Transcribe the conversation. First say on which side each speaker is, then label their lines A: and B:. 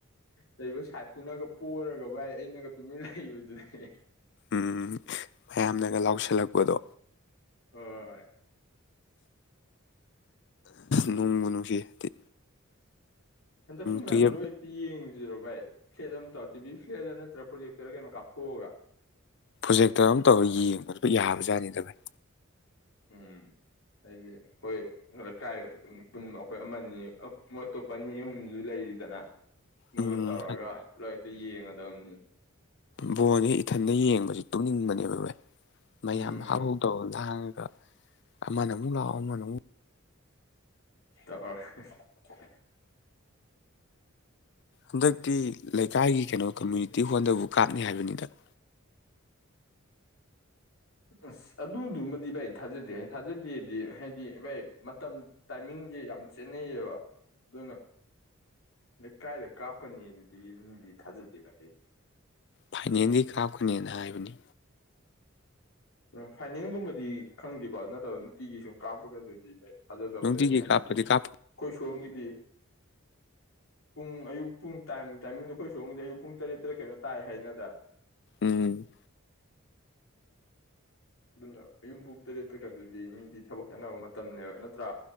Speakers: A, on the left (about 75°); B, on the left (about 55°).
A: ꯂꯩꯕ ꯁꯥꯏꯠꯇꯨꯅꯒ ꯄꯣꯔꯒ ꯚꯥꯏ ꯑꯩꯅꯒ ꯇꯨꯃꯤꯟꯅ ꯂꯩꯕꯗꯨꯗꯤ
B: ꯎꯝ ꯃꯌꯥꯝꯅꯒ ꯂꯥꯎꯁꯜꯂꯛꯄꯗꯣ
A: ꯍꯣꯏ
B: ꯅꯨꯡꯕꯨ ꯅꯨꯡꯁꯤ ꯍꯥꯏꯗꯤ
A: ꯍꯟꯇꯛ ꯁꯨꯝ ꯃꯌꯥꯝ
B: ꯇꯨꯌꯦꯞ
A: ꯄꯨꯂꯞ ꯑꯝꯇ ꯌꯦꯡ ꯖꯤꯔꯣ ꯕꯥ ꯈꯦꯗꯝ ꯇꯧꯔ ꯇꯤ ꯕꯤ ꯐ꯭ꯂꯦꯗꯅ ꯄ꯭ꯔꯣꯖꯦꯛꯇꯔꯔ ꯀꯩꯅꯣ ꯀꯥꯞꯊꯣꯛꯑꯒ
B: ꯄ꯭ꯔꯣꯖꯦꯛꯇꯔ ꯑꯃ ꯇꯧꯔꯒ ꯌꯦꯡꯕꯗꯨ ꯌꯥꯕꯖꯥꯠꯅꯤꯗ ꯚꯥꯏ
A: ꯎꯝ ꯍꯥꯏꯗꯤ ꯑꯩꯈꯣꯏ ꯂꯩꯀꯥꯏ ꯄꯨꯟꯕ ꯑꯩꯈꯣꯏ ꯑꯃꯅꯤ ꯃꯣꯏ ꯑꯇꯣꯞꯄ ꯑꯅꯤ ꯑꯍꯨꯝꯁꯨ ꯂꯩꯔꯤꯗꯅ ꯃꯣꯏꯒ
B: ꯎꯝ
A: ꯇꯧꯔꯒ ꯂꯣꯏ ꯑꯗꯨ ꯌꯦꯡꯉꯅꯤ ꯝꯅꯤ
B: ꯕꯣꯟꯁꯦ ꯏꯊꯟꯗ ꯌꯦꯡꯕꯁꯤ ꯇꯣꯛꯅꯤꯡꯕꯅꯦꯕ ꯚꯦ ꯃꯌꯥꯝ
A: ꯎꯝ
B: ꯍꯧꯍꯧ ꯇꯧꯔ ꯂꯥꯡꯉ ꯑꯃꯅ ꯑꯃꯨꯛ ꯂꯥꯛꯑꯣ ꯑꯃꯅ ꯑꯃꯨꯛ
A: ꯇ <unintelligible>
B: ꯍꯟꯗꯛꯇꯤ ꯂꯩꯀꯥꯏꯒꯤ ꯀꯩꯅꯣ ꯀꯝꯃꯨꯅꯤꯇꯤ ꯍꯣꯜꯗꯕꯨ ꯀꯥꯞꯅꯤ ꯍꯥꯏꯕꯅꯤꯗ
A: ꯑꯁ ꯑꯗꯨꯗꯨꯃꯗꯤ ꯚꯥꯏ ꯊꯥꯖꯗꯦ ꯊꯥꯖꯗꯦꯗꯤ ꯍꯥꯏꯗꯤ ꯚꯥꯏ ꯃꯇꯝ ꯇꯥꯏꯃꯤꯡꯁꯦ ꯌꯥꯝ ꯆꯦꯟꯅꯩꯌꯦꯕ ꯑꯗꯨꯅ ꯂꯩ ꯀꯥꯏꯗ ꯀꯥꯞꯀꯅꯤ ꯑꯗꯨꯗꯤ ꯑꯗꯨꯝꯗꯤ ꯊꯥꯖꯗꯦ ꯚꯥꯏ ꯑꯩ
B: ꯐꯥꯏꯅꯦꯜꯒꯤ ꯀꯥꯞꯀꯅꯦꯅ ꯍꯥꯏꯕꯅꯤ
A: ꯎꯝ ꯐꯥꯏꯅꯦꯜꯒꯨꯝꯕꯗꯤ ꯈꯪꯗ꯭ꯔꯤꯀꯣ ꯅꯠꯇ꯭ꯔꯒ ꯅꯨꯡꯇꯤꯒꯤ ꯁꯨꯝ ꯀꯥꯞꯄꯒ ꯑꯗꯨꯗꯤꯩ ꯊꯥꯖꯗꯕꯗ
B: ꯅꯨꯡꯇꯤꯒꯤ
A: ꯑꯩꯅ ꯍꯥꯏꯗꯤ
B: ꯀꯥꯞꯄꯗꯤ
A: ꯑꯩꯈꯣꯏ
B: ꯀꯥꯞꯄ
A: ꯁꯣꯔꯨꯝꯒꯤ ꯗꯤ ꯄꯨꯡ ꯑꯌꯨꯛ ꯄꯨꯡ ꯇꯥꯏꯃꯤꯡꯗꯣ ꯑꯩꯈꯣꯏ ꯁꯣꯡꯒꯗꯤ ꯑꯌꯨꯛ ꯄꯨꯡ ꯇꯔꯦꯠꯇꯔ ꯀꯩꯅꯣ ꯇꯥꯏ ꯍꯥꯏꯅꯗ
B: ꯎꯝ
A: ꯑꯗꯨꯅ ꯑꯌꯨꯝ ꯄꯨꯡ ꯇꯔꯦꯠꯠꯇꯀ ꯑꯗꯨꯗꯤ ꯃꯤꯗꯤ ꯊꯕꯛ ꯈꯦꯠꯅꯕ ꯃꯇꯝꯅꯦꯕ ꯅꯠꯇ꯭ꯔꯥ